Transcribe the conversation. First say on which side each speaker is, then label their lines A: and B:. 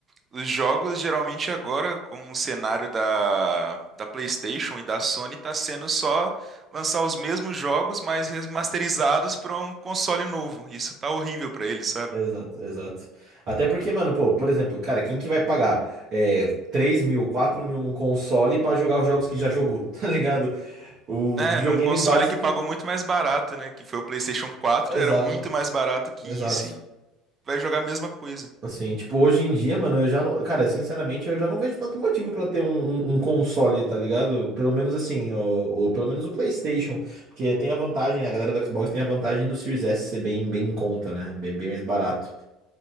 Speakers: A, on the right (about 35°); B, on the right (about 50°).
A: os jogos geralmente agora com o cenário da, da PlayStation e da Sony tá sendo só lançar os mesmos jogos, mas remasterizados para um console novo. Isso tá horrível para eles, sabe?
B: Exato, exato. Até porque, mano, pô, por exemplo, cara, quem que vai pagar é, 3 mil, 4 mil num console pra jogar os jogos que já jogou, <laughs> tá ligado? O
A: Né,
B: videogame
A: num console
B: básica.
A: que pagou muito mais barato, né, que foi o PlayStation 4,
B: Exato,
A: era muito mais barato que
B: exato.
A: isso e vai jogar a mesma coisa.
B: Assim, tipo, hoje em dia, mano, eu já não. Cara, sinceramente, eu já não vejo tanto motivo pra ter um, um- um console, tá ligado? Pelo menos assim, ou, ou pelo menos o PlayStation. Porque tem a vantagem, a galera do Xbox tem a vantagem do Series S ser bem, bem em conta, né? Bem, bem mais barato.